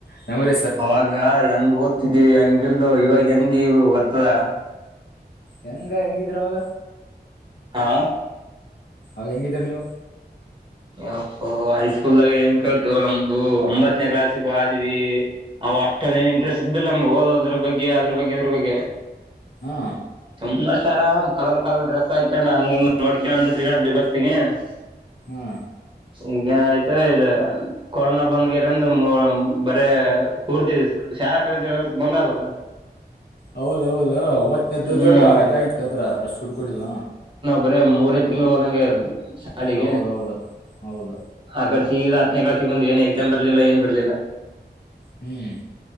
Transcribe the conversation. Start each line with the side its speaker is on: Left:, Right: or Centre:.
Left: ಮೆಮೊರ
Right: ಅವಾಗ ಹೆಂಗ್ ಓದ್ತಿದ್ವಿ ಹಂಗಲ್ ಇವಾಗ ಹೆಂಗ ಇ ಓದತ್ತದ ಗೊತ್ತಾದ
Left: ಹೆಂಗ ಹೆಂಗಿದ್ರವಾಗ
Right: ಹಾ
Left: ಹ ಹೆಂಗಿದೀರ ನೀವು
Right: ಅಪ್ಪ ಹೈ ಸ್ಕೂಲ್ಗ ಏಂಗ ಕೇಳ್ತು ನಮ್ದು ಒಂಬತ್ತನೇ ಕ್ಲಾಸ್ಕ್ ಆದ್ವಿ ಅವವು ಅಷ್ಟೊಂದ ಏನ್ ಇಂಟ್ರೆಸ್ಟ್ ಇದ್ದಲ್ಲ ನಮ್ಗ್ ಹಓದೋದ್ರ ಬಗ್ಗೆ ಅದ್ರ ಬಗ್ಗೆ ಅದ್ರ ಬಗ್ಗೆ
Left: ಹ್ಮ
Right: ತಮ್ ಅಷ್ಟಾರ ಕಲರ್ ಕಲರ್ ಡ್ರಸ್ ಹಾಕಣ್ಣ ಹಂಗಂಗ ನೋಡ್ಕ ತಿರ್ಗಾಡ್ತಿದ್ವಿ <unintelligible>
Left: ಹ್ಮ್
Right: ಈಗ ಏನಯ್ತು ಇ ಕೊರೋನಾ ಬಂದ್ಗಿರಂದ ಮೂ ಬರ ಪೂರ್ತಿ ಶಾಲಾ ಕಾಲೇಜುಗಳೆಲ್ಲ ಬಂದ ಅವಲ್ಲ
Left: ಹೌದೌದ ಒಮ್ಮತ್ತನದ್ದ್ದಾಗ
Right: ಹ್ಮ್
Left: ಇದಾಯ್ತ್ ಕತ್ರ ರ ಹುಡ್ಕಡಿದ್
Right: ಬರ ಮೂರೇ ತಿಂಗಳು ಹೋದಂಗೆ ಶಾಲಿಗೆ
Left: ಹೌದೌದು ಹೌದು
Right: ಆಕ ಈ ಹತ್ತನೇ ಕ್ಲಾಸ್ಗೆ ಬಂದು ಏನ್ ಎಕ್ಸಾಮ್ ಬರ್ಲಿಲ್ಲ ಏನ್ ಬರ್ಲಿಲ್ಲ
Left: ಹ್ಮ್